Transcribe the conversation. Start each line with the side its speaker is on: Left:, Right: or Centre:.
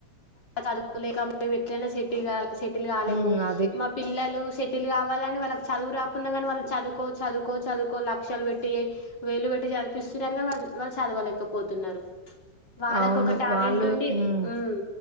Left: చదువులేక మేము ఎట్లైనా సెటిల్ కావ సెటిల్ గాలేము.
Right: ఉమ్ అది
Left: మా పిల్లలు సెటిల్ గావ వాళ్ళని వాళ్ళకి చదువు రాకున్నా గానీ వాళ్ళు చదువుకో చదువుకో చదువుకో లక్షలు పెట్టి వేల్లు పెట్టి చదిపిస్త తారు కానీ వాళ్ళు వాళ్ళు చదవలేక పోతున్నారు వాళ్ళకు
Right: అవును
Left: ఒక టాలెంట్
Right: వాళ్ళు
Left: ఉండి
Right: ఉమ్
Left: హ్మ్